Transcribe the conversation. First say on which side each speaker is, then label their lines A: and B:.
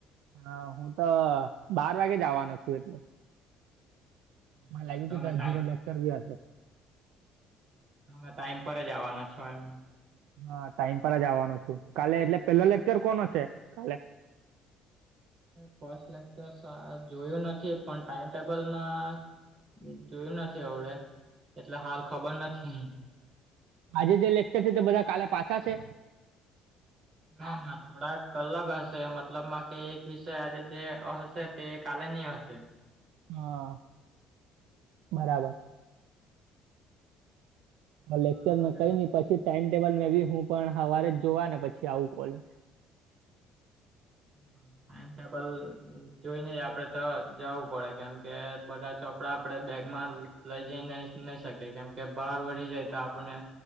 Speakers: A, on the right; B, on the right.
A: હા, હું તો બાર વાગે જ આવવાનો છું એટલે.
B: બરાબર
A: મને લાગ્યું
B: તમે
A: કે તારો
B: ટાઈમ
A: ઝીરો લેક્ચર બી હશે?
B: અમે ટાઈમ પર જવાના છો એમ.
A: હા ટાઈમ પર જ આવવાનો છું. કાલે એટલે પેલો લેક્ચર કોનો છે કાલે.
B: ફસ્ટ લેચર સા જોયું નથી પણ ટાઈમટેબલમાં જોયું નથી અવડે એટલે હાલ ખબર નથી
A: આજે જે લેક્ચર છે તે બધા કાલે પાછા છે?
B: ના <unintelligible> હા થોડાક અલગ હશે મતલબ માં કે એક વિષય આજે જે હશે તે કાલે ની હશે.
A: હા બરાબર હ લેકચર
B: અ શું કે
A: કઈ ન પછી ટાઈમ ટેબલ મે હું પણ સવારે જોવા ને પછી આવું પડે.
B: હ ટાઈમટેબલ જોઈને જ આપડે તો જવું પડે કેમ કે બધા ચોપડા આપડે બેગમાં લઈ જઈ ન નહી શકે કેમ કે બહાર વધી જાય તો આપને